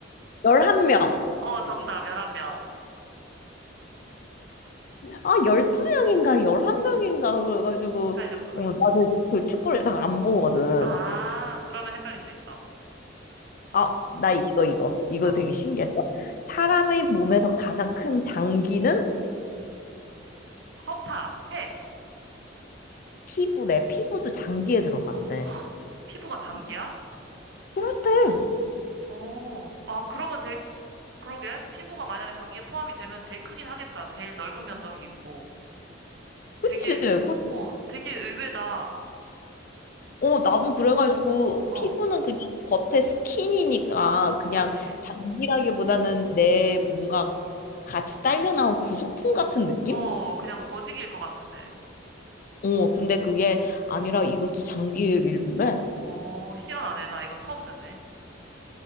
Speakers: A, on the left; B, on the right.
A: 11명.
B: 어, 정답, 11명.
A: 아, 12명인가, 11명인가, 그래가지고,
B: 헷갈렸구나.
A: 어, 나는 그 축구를 잘 안 보거든.
B: 아, 그러면 헷갈릴 수 있어.
A: 아,
B: 응.
A: 나 이거, 이거. 이거
B: 어,
A: 되게 신기했어. 사람의 몸에서 가장 큰 장기는
B: 허파, 새
A: 피부래. 피부도 장기에 들어간대.
B: 어, 헉, 피부가 장기야?
A: 그렇대.
B: 오 아, 그러면 제일, 그러게. 피부가 만약에 장기에 포함이 되면 제일 크긴 하겠다. 제일 넓은 면적이 있고.
A: 그치?
B: 되게,
A: 그
B: 어, 되게 의외다.
A: 어, 나도 그래가지고
B: 어,
A: 피부는 그냥 겉에 스킨이니까 그냥
B: 그렇지.
A: 장기라기보다는 내 뭔가 같이 딸려 나온 부속품 같은 느낌?
B: 어, 그냥 조직일 것 같은데.
A: 어, 근데 그게 아니라 이것도 장기 일부래.
B: 어, 희한하네. 나 이거 처음 듣네.